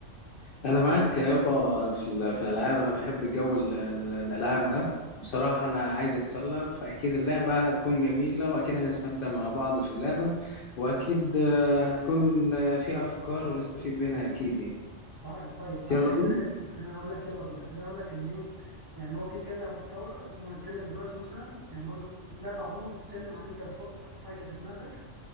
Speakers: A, on the left (about 60°); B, on the right (about 20°).
A: انا معاك يابا في ال- في الالعاب انا بحب جو ال- ال- الالعاب ده بصراحه انا عايز اتسلى فاكيد اللعبه هتكون جميله واكيد هنستمتع مع بعض في اللعبه واكيد آه، هتكون آه، فيها افكار ونستفيد منها اكيد يعني
B: تعال طيب تعالى
A: يلا
B: كده
A: بينا
B: ايه خليني اقول لك يلا بينا خليني اقول لك ان ايه يعني هو في كذا محتوى بس احنا هنتكلم دلوقتي مثلا يعني هو اللعبه عموما بتتكلم عن ان انت بتحط حاجه في دماغك